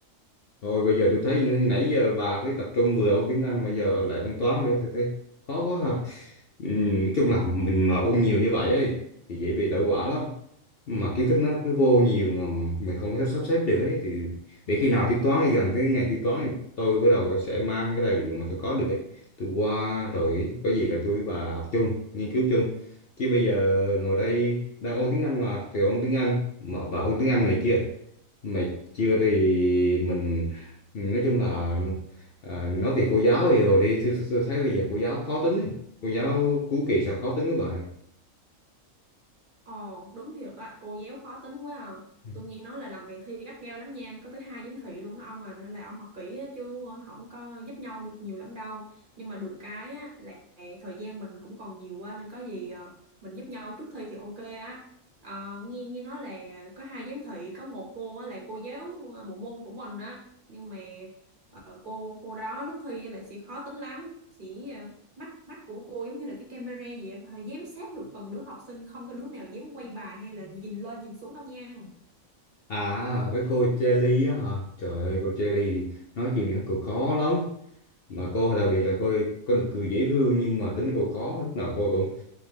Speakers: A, on the left; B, on the right.
A: thôi bây giờ tôi thấy nãy giờ bà cứ tập trung vừa ông tiếng Anh bây giờ lại ông toán nữa tôi thấy khó quá ha Ừ, chung là mình mà ôn nhiều như vậy ấy thì dễ bị tẩu hỏa lắm mà kiến thức nó cứ vô nhiều mà mình không có sắp sắp xếp được ấy thì để khi nào thi toán thì gần tới ngày thi toán thì tôi bắt đầu sẽ mang cái tài liệu mà tôi có được ấy tôi qua rồi có gì rồi tôi với bà học chung nghiên cứu chung chứ bây giờ ngồi đây đang ôn tiếng Anh mà thì ôn tiếng Anh mà bà ôn tiếng Anh này chưa mày chưa thì mình nói chung là à, nói về cô giáo thì rồi đi tôi, tôi, tôi thấy bây giờ cô giáo khó tính ấy cô giáo cuối kỳ sao khó tính quá bà
B: Ồ, đúng thiệt á, cô giáo khó tính quá à.
A: Ừ.
B: Tôi nghe nói là lần này thi gắt gao lắm nha, có tới hai giám thị luôn đó ông à, nên là ông học kỹ á, chứ không có giúp nhau được nhiều lắm đâu. Nhưng mà được cái á, là thời gian mình cũng còn nhiều quá nên có gì ờ, mình giúp nhau trước thi thì ok á. Ờ, nghe nghe nói là có hai giám thị, có một cô á, là cô giáo ờ, bộ môn của mình á, nhưng mà ờ, cô cô đó lúc thi là sẽ khó tính lắm, sẽ ờ, mắt mắt của cô giống như là cái camera gì á, có giám sát được từng đứa học sinh không có đứa nào dám quay bài hay là nhìn lên nhìn xuống đâu nha
A: à cái cô Jelly á hả trời ơi cô Jelly thì nói chuyện này cô khó lắm mà cô đặc biệt là cô có được cười dễ thương nhưng mà tính cô khó lúc nào cô cũng